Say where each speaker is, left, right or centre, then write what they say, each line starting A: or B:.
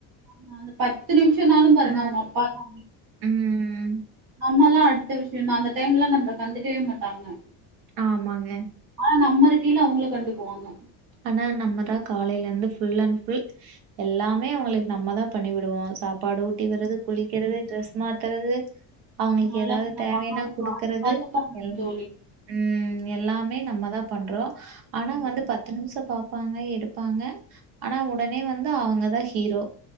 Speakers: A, on the right; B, on the right.
A: ஆ அந்த பத்து நிமிஷம்னாலு பாருங்க
B: ஆ.
A: அவங்க அப்பா தா
B: ம்.
A: அம்மாலா அடுத்த விஷயோ தா அந்த டைம்லா நம்மள கண்டுக்கவே மாட்டாங்க
B: ஆமாங்க
A: ஆனா நம்ம இருக்கயில அவங்கள கண்டுக்குவாங்க
B: ஆனா நம்ம தா காலைல இருந்து ஃபுல் அண்ட் ஃபுல் எல்லாமே அவங்களுக்கு நம்ம தான் பண்ணி விடுவோம் சாப் பாடு ஊட்டி வீட்றது குளிக்கிறது ட்ரெஸ் மாத்தறது அவங்களுக்கு
A: நல்லா
B: ஏதாவது
A: எங்க
B: தேவையன்னா
A: பாப்பாக்கு
B: குடுக்கறது
A: பாத்து பாத்து பண்ணணும்
B: எல்லா
A: தோழி.
B: ம் எல்லாமே நம்ம தா பண்றோ ஆனா
A: கண்டிப்பா.
B: வந்து பத்து நிமிஷோ பாப் பாங்க எடுப்பாங்க ஆனா உடனே வந்து அவங்கதா ஹீரோ